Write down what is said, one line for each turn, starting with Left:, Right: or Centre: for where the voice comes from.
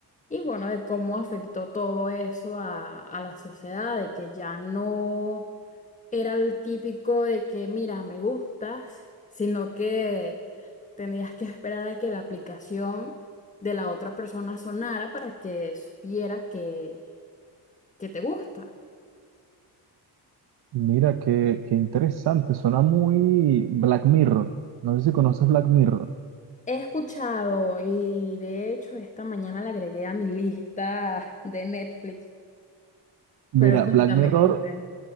Left: Y bueno, de cómo afectó todo eso a, a la sociedad, de que ya no era el típico de que, mira, me gustas, sino que tenías que esperar a que la aplicación de la otra persona sonara para que supiera que, que te gusta.
Right: Mira, qué, qué interesante, suena muy Black Mirror. No sé si conoces Black Mirror.
Left: He escuchado y de hecho esta mañana la agregué a mi lista de Netflix,
Right: Mira,
Left: pero cuéntame
Right: Black Mirror
Left: cómo es.